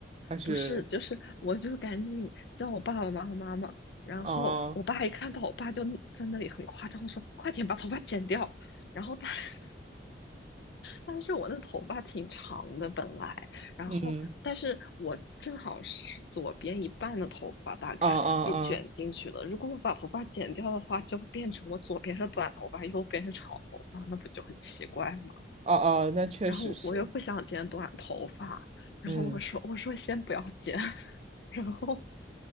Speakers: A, on the right; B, on the left.
A: 还是？
B: 不是，就是我就赶紧叫我爸爸妈妈妈妈，然后我爸一看到我爸就在那里很夸张的说：
A: 哦，
B: “快点把头发剪掉。”然后但 <laughs> 但是我那头发挺长的本来，然后但是我正好是左边一半的头发大概被卷进去了，
A: 嗯，啊啊啊，
B: 如果我把头发剪掉的话，就会变成我左边是短头发，右边是长头发，那不就很奇怪吗？
A: 哦哦，那确实是，
B: 然后我又不想剪短头发，然后我说我说先不要剪，
A: 嗯，
B: <laughs> 然后